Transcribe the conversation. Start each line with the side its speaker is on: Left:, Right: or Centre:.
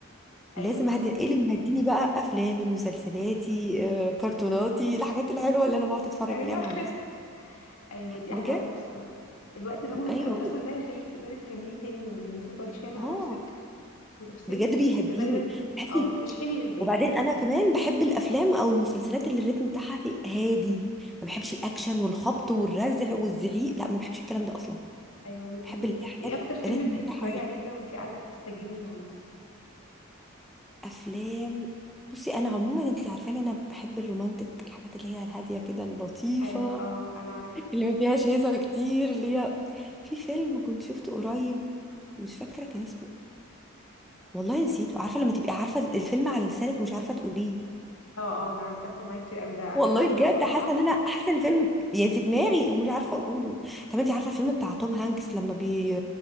Left: ايوه
Centre: لازم
Left: فعلا
Centre: اهدي ايه اللي مهديني بقى افلامي مسلسلاتي آه، كرتوناتي الحاجات الحلوه اللي انا بقعد اتفرج
Left: ايوه
Centre: عليها مع نفسي
Left: <laughs> ايوه ما دي
Centre: بجد
Left: احلى وقت بصراحه الوقت ده مهم
Centre: ايوه
Left: قوي اصلا ده هيخليكي تقدري تكملي تاني يوم يعني لازم تقعدي شويه مع
Centre: اه
Left: نفسك وتفصلي
Centre: بجد بيهديني
Left: تقدري بقى
Centre: بحس
Left: اه تشحني للباقي
Centre: وبعدين انا كمان بحب الافلام او المسلسلات اللي الريتم بتاعها في- هادي ما بحبش الاكشن والخبط والرزع والزعيق لا ما بحبش الكلام ده اصلا
Left: ايوه انا كمان
Centre: بحب اللي هي
Left: ايه
Centre: حاجات
Left: اكتر فيلم
Centre: ريتم
Left: بتحبي
Centre: بتاعها
Left: تتفرجي
Centre: هادي.
Left: عليه كده وانتي قاعده بتستجمي مع نفسك
Centre: افلام بصي انا عموما انت عارفاني انا بحب الرومانتك الحاجات اللي هي الهاديه كده اللطيفه
Left: ايوه اه انا عارفه
Centre: اللي ما فيهاش هيصه كتير اللي هي في فيلم كنت شفته قريب مش فاكره كان اسمه والله نسيته عارفه لما تبقي عارفه الفيلم على لسانك ومش عارفه تقوليه
Left: اه اه انا عارفه بتحصل معايا كتير قوي ده اجنبي
Centre: والله بجد
Left: طبعا
Centre: حاسه
Left: صح
Centre: ان انا حاسه ان الفيلم يعني في دماغي ومش عارفه اقوله طب انت عارفه الفيلم بتاع توم هانكس لما بي...